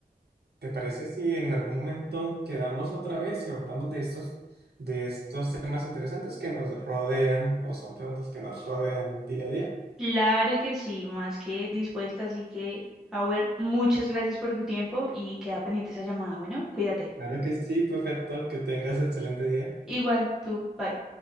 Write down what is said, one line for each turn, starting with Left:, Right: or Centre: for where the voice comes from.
Right: ¿Te parece si en algún momento quedamos otra vez y hablamos de estos, de estos temas interesantes que nos rodean o son preguntas que nos rodean día a día?
Centre: Claro que sí, más que dispuesta, así que, Howard, muchas gracias por tu tiempo y queda pendiente esa llamada. Bueno, cuídate.
Right: Claro que sí, perfecto, que tengas excelente día.
Centre: Igual tú, bye.